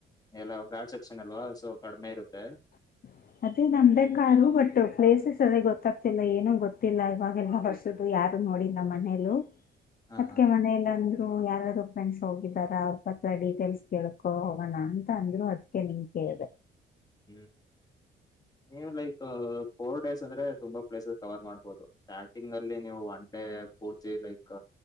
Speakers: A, on the left; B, on the left.
A: ಎಲ್ಲ ಗಾಡ್ ಸೆಕ್ಷನ್ ಅಲ್ವಾ ಸೊ ಕಡಿಮೆ ಇರುತ್ತೆ.
B: ಹ ಅದೇ ನಮ್ದೇ ಕಾರು ಬಟ್ ಪ್ಲೇಸಸ್ ಅದೇ ಗೊತ್ತಾಗ್ತಿಲ್ಲ ಏನೂ ಗೊತ್ತಿಲ್ಲ ಇವಾಗೆಲ್ಲ ಹೊರ್ಸದು ಯಾರ ನೋಡಿಲ್ಲ ಮನೇ
A: ಹಾ
B: ಅದಕ
A: ಹಾ
B: ಮನಲ್ಲ ಯಾರಾದರು ಫ್ರೆಂಡ್ಸ್ ಹೋಗಿದಾರ ಅವ್ರ ಹತ್ರ ಡೀಟೇಲ್ಸ್ ಕೇಳ್ಕೊ ಹೋಗೋಣ ಅಂತ ಅಂದ್ರು ಅದಕ್ಕೆ ನಿಮಗೆ ಹದ
A: ಹ್ಮ ನೀವು್ ಲೈಕ್ ಫೋರ್ ಡೇಸ್ ಅಂದ್ರೆ ತುಂಬಾ ಪ್ಲೇಸಸ್ ಕವರ್ ಮಾಡ್ಬೋದು ಸ್ಟಾರ್ಟಿಂಗ್ ಅಲ್ಲಿ ನೀವು ಅಂದೆ ಪೂರ್ತಿ ಲೈಕ್ಕ